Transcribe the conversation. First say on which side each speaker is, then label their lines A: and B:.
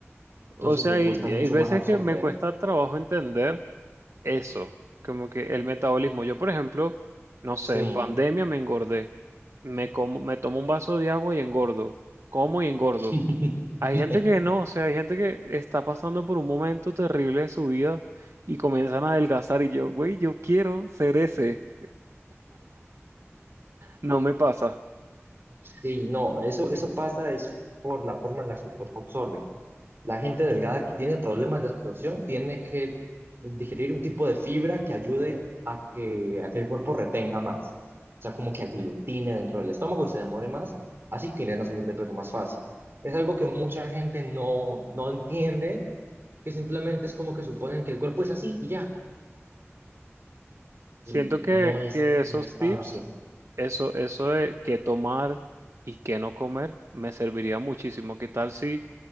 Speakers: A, on the right (about 70°); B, on the right (about 50°).
A: O
B: Entonces
A: sea,
B: le
A: hay,
B: cuesta mucho
A: hay veces
B: más absorber.
A: que me cuesta trabajo entender eso, como que el metabolismo. Yo, por ejemplo, no sé,
B: Sí.
A: en pandemia me engordé. Me como, me tomo un vaso de agua y engordo. Como y engordo.
B: <laughs>
A: Hay gente que no, o sea, hay gente que está pasando por un momento terrible de su vida y comienzan a adelgazar y yo, güey, yo quiero ser ese. No me pasa.
B: Sí, no, eso, eso pasa es por la forma en la que el cuerpo absorbe. La gente delgada que tiene problemas de absorción tiene que digerir un tipo de fibra que ayude a que, a que el cuerpo retenga más. O sea, como que aglutine dentro del estómago y se demore más. Así tienden a subir de peso más fácil. Es algo que mucha gente no, no entiende, que simplemente es como que suponen que el cuerpo es así y ya.
A: Siento
B: Y no
A: que,
B: es,
A: que esos
B: y no es
A: tips,
B: tan así.
A: eso, eso de qué tomar y qué no comer, me serviría muchísimo. ¿Qué tal si